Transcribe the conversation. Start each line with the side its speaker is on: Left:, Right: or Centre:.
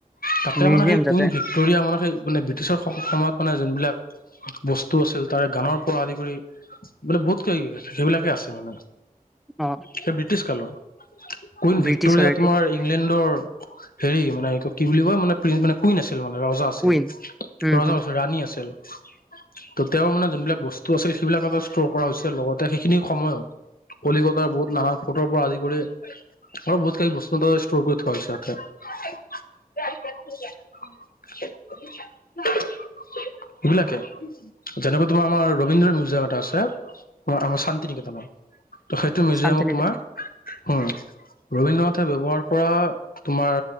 Left: তাতে
Centre: মিউজিয়াম
Left: মানে সেই
Centre: তাতে
Left: কুইন ভিক্টৰিয়া মানে সেই মানে ব্ৰিটিছৰ সময়ত মানে। বিলাক বস্তু আছিল তাৰে গানৰ পৰা আদি কৰি বোলে বহুত কিবা কিবি সেইবিলাকে আছে মানে।
Centre: অ
Left: সেই ব্ৰিটিছ কালৰ। কুইন
Centre: ব্ৰিটিছৰ
Left: ভিক্টৰিয়া
Centre: এইটো
Left: তোমাৰ ইংলেণ্ডৰ। হেৰি মানে কি বুলি কয় মানে প্ৰি মানে কুইন আছিল মানে ৰজা আছিল
Centre: কুইন উম
Left: ৰজা
Centre: হম
Left: নহয় ৰাণী আছিল। <inaudible> ত' তেওঁ মানে যোনবিলাক বস্তু আছিল সেইবিলাক এটা ষ্ট'ৰ কৰা হৈছিল লগতে সেইখিনি সময়ত। কলিকতাৰ বহুত নানান ফটোৰ পৰা আদি কৰি আৰু বহুত কি বস্তু এটা ষ্টৰ কৰি থোৱা হৈছে। <inaudible> এইবিলাকে। যেনেকুৱা তোমাৰ আমাৰ ৰবীন্দ্ৰ মিউজিয়াম এটা আছে আমাৰ চান্তি নিকেতনত। ত' সেইটো মিউজিয়ামত
Centre: শান্তিনিকেতন
Left: তোমাৰ, হম ৰবীন্দ্ৰনাথে ব্যৱহাৰ কৰা। তোমাৰ